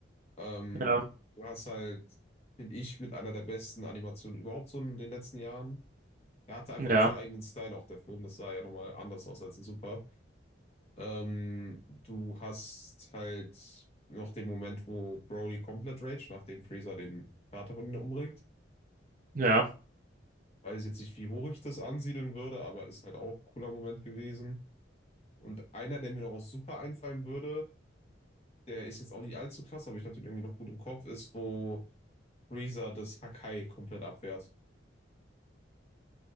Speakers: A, on the left (about 30°); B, on the right (about 45°).
A: Ähm,
B: Ja,
A: du hast halt, finde ich, mit einer der besten Animationen überhaupt so in den letzten Jahren. Er hatte einfach
B: ja,
A: einen sehr eigenen Style auch der Film. Das sah ja nochmal anders aus als in Super. Ähm, du hast halt noch den Moment, wo Broly komplett rage, nachdem Freezer den Vater von ihm umbringt.
B: ja,
A: Weiß jetzt nicht, wie hoch ich das ansiedeln würde, aber ist halt auch ein cooler Moment gewesen. Und einer, der mir noch aus Super einfallen würde, der ist jetzt auch nicht allzu krass, aber ich hatte ihn irgendwie noch gut im Kopf, ist, wo Freezer das Hakai komplett abwehrt.